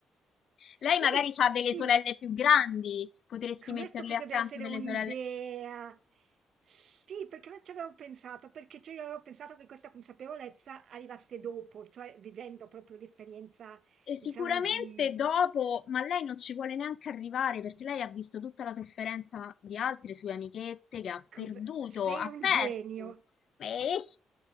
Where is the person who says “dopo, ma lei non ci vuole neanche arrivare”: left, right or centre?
Left